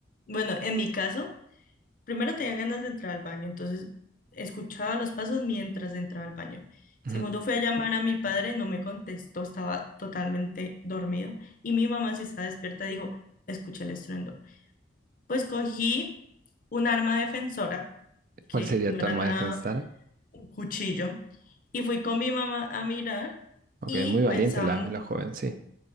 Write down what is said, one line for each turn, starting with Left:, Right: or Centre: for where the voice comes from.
Left: Bueno, en mi caso, primero tenía ganas de entrar al baño, entonces escuchaba los pasos mientras entraba al baño. Segundo,
Right: Ujú.
Left: fui a llamar a mi padre, no me contestó, estaba totalmente dormido. Y mi mamá, si estaba despierta, dijo, escuché el estruendo. Pues cogí un arma defensora, que
Right: ¿Cuál sería
Left: no
Right: tu
Left: era
Right: arma
Left: nada
Right: de defensa?
Left: un cuchillo. Y fui con mi mamá a mirar
Right: Ok,
Left: y
Right: es muy valiente
Left: pensamos,
Right: la, la joven, sí.